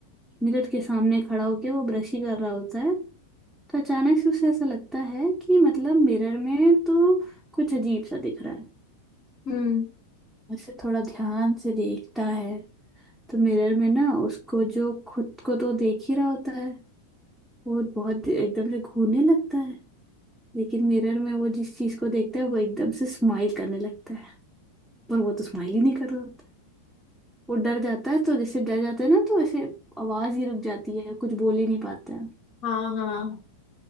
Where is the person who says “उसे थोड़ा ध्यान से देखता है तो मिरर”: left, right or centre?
Centre